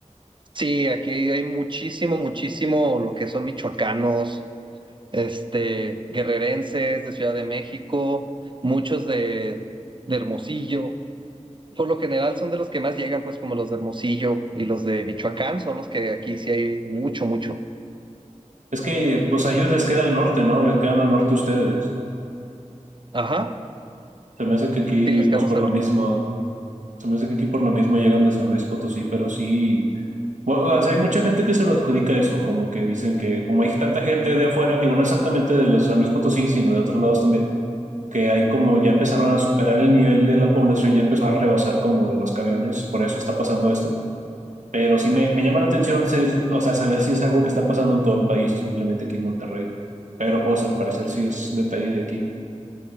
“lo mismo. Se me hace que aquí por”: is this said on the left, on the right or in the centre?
Right